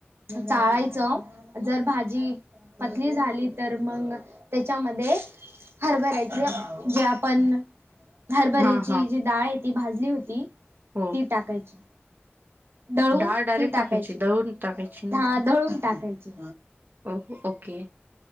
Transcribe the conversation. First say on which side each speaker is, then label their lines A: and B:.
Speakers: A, on the right; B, on the right.
A: चाळायचं जर भाजी पतली झाली तर मग त्याच्यामध्ये हरभरायची जे आपण हरभऱ्याची
B: हा हा
A: जी डाळ आहे ती भाजली होती
B: हो
A: ती टाकायची दळून
B: डाळ डायरेक्ट
A: ती टाकायची
B: दळून टाकायची ना
A: हा दळून टाकायची
B: ओ ओके